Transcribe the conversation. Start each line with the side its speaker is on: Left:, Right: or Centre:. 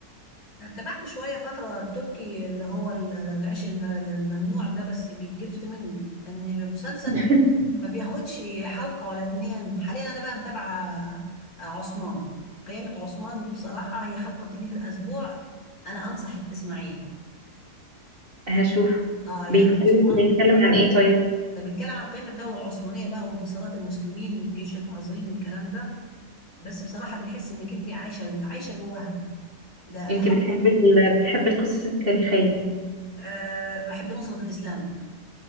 Left: تابعت شوية فترة التركي اللي هو ال- العيش الم- الممنوع ده بس جلفت منه لأن المسلسل
Right: <laughs>
Left: ما بياخدش حلقة ولا اتنين حاليا أنا بقى متابعة عثمان قيامة عثمان دي بصراحة هي حلقة بتيجي في الأسبوع أنا أنصحك تسمعيها
Right: هشوفه
Left: تيجي آه يعني
Right: بيتكلم
Left: عثمان
Right: بيتكلم عن ايه طيب
Left: ده بيتكلم عن قيام الدولة العثمانية بقى وانتصارات المسلمين والجيش العظيم والكلام ده بس بصراحة بتحس إنك أنت عايشة عايشة جواها ده
Right: انت
Left: حلقة
Right: بتحبي ال... بتحبي القصص التاريخية
Left: آه بحب نصرة الإسلام